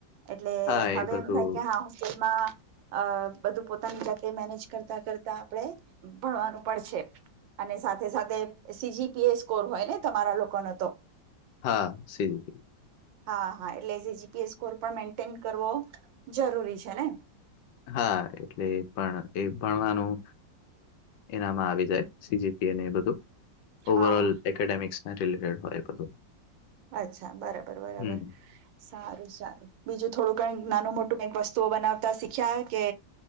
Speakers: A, on the right; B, on the left.
A: એટલે
B: હા
A: હવે
B: એ બધું
A: એમ થાય કે હા હોસ્ટેલમાં અ બધું પોતાની જાતે મેનેજ કરતા કરતા આપણેે ભણવાનું પણ છે. અને સાથે સાથે સીજીપીએ સ્કોર હોય ને તમારા લોકોનો તો?
B: હા સીજીપીએ.
A: હા હા એટલે સીજીપીએ સ્કોર પણ મેન્ટેન કરવો જરૂરી છે ને?
B: હા એટલે પણ એ ભણવાનું એનામાં આવી જાય સીજીપીએ ને એ બધું. ઓવરઓલ
A: હા
B: એકેડેમિક્સના રિલેટેડ હોય બધું.
A: અચ્છા બરાબર બરાબર.
B: હમ
A: સારું સારું બીજું થોડું-ઘણું કઈ નાનું મોટું કઈક વસ્તુઓ બનાવતા શીખ્યા હોય કે?